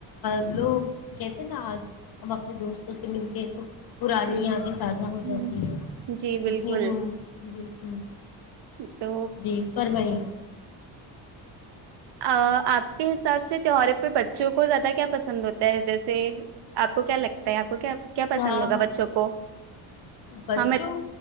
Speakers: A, on the left; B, on the right.
A: لوگ کہتے ہیں نا ہم اپنے دوستوں سے ملتے ہیں تو پرانی
B: ہوں
A: یادیں تازہ ہو
B: ہ
A: جاتی ہیں
B: جی بالکل
A: اتنی ج <inaudible> <unintelligible> تین <inaudible> <unintelligible> <inaudible>
B: تو
A: جی فرمائیں
B: آپ کے حساب سے تہواروں پہ بچوں کو زیادہ کیا پسند ہوتا ہے جیسے آپ کو کیا لگتا لگتا ہے آپ کو کیا کیا پسند
A: ہاں
B: ہوگا بچوں کو
A: بچوں
B: ہم